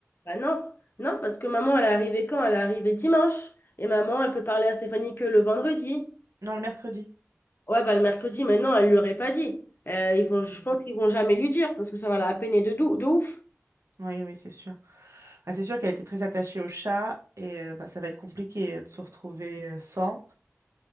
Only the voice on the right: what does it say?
Non, le mercredi.
Mm.
Oui, oui, c'est sûr. Ah, c'est sûr qu'elle était très attachée au chat et euh, bah, ça va être compliqué euh, de se retrouver euh, sans.